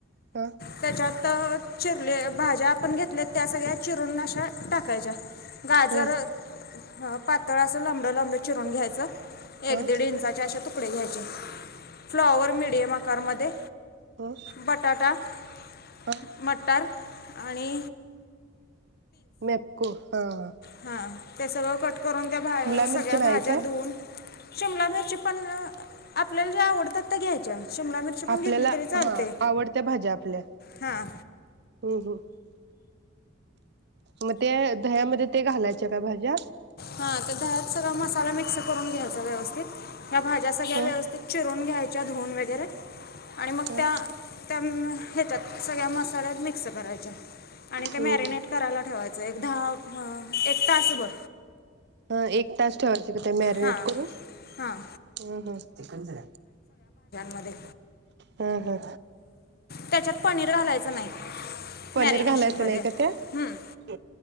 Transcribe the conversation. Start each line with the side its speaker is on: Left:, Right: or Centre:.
Right: ह
Left: त्याच्यात तर चिर ते भाज्या आपण घेतल्यात त्या सगळ्या चिरून अशा टाकायच्या. गाजर
Right: ह
Left: ह पातळ असं लंबे लंबे चिरून घ्यायचं
Right: ह
Left: एक
Right: ह
Left: दीड इंचाचे आशे तू तुकडे घ्यायचे. फ्लॉवर मीडियम आ कुकर मध्ये
Right: ह ह
Left: बटाटा
Right: ह
Left: म मटार आणि
Right: म्यापको हां हां.
Left: हा ते सगळं कट करून त्या भा्
Right: मिरची
Left: सगळ्या
Right: नाही
Left: भाज्या
Right: काय
Left: धुवून शिमला मिरची पण आपल्याला जे आवडतात त्या घ्यायच्या. शिमला मिरची पण
Right: आपल्याला
Left: घेतली तरी चालते
Right: हा आवडत्या भाज्या आपल्या
Left: हां
Right: हम् हम्. म ते दह्यामध्ये ते घालायचा काय भाज्या?
Left: हा त्या दह्यात सगळा मसाला मिक्स करून घ्यायचा व्यवस्थित, ह्या भाज्या सगळ्या
Right: ह
Left: व्यवस्थित चिरून घ्यायच्या. च्या धुवून वगैरे आणि मग
Right: ह
Left: त्या त्या हेच्यात सगळ्या मसाल्यात मिक्स करायच्या, आणि ते
Right: हम्म
Left: मॅरिनेट
Right: हम्
Left: करायला ठेवायाचं. एक दहा म एक तास बर
Right: ह एक तास ठेवायचं. तिक ते मॅरिनेट
Left: हां
Right: करू
Left: हां
Right: हम ह
Left: मध्ये
Right: हम ह
Left: त्याच्यात पनीर घालायचं नाही
Right: पनीर
Left: मॅरिनेशनमध्ये
Right: घालायचं नाही
Left: हम्म,
Right: का त्यात